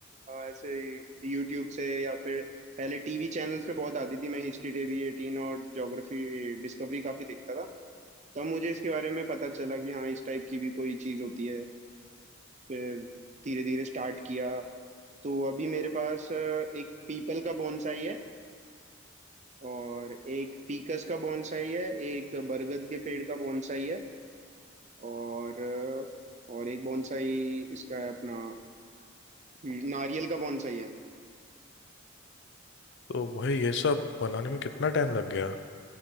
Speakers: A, on the right (about 35°); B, on the left (about 60°).
A: अ, ऐसे यूट्यूब से या फिर पहले टीवी चैनल्स पे बहुत आती थी मैं हिस्ट्री टीवी एटीन और ज्योग्राफी डिस्कवरी काफी देखता था तब मुझे इसके बारे में पता चला कि हाँ इस टाइप की भी कोई चीज़ होती है फिर धीरे धीरे स्टार्ट किया तो अभी मेरे पास अ, एक पीपल का बॉन्साई है और एक फीकस का बॉन्साई है एक बरगद के पेड़ का बॉन्साई है और और एक बॉन्साई इसका है अपना हम्म, नारियल का बॉन्साई है
B: तो भाई ये सब बनाने में कितना टाइम लग गया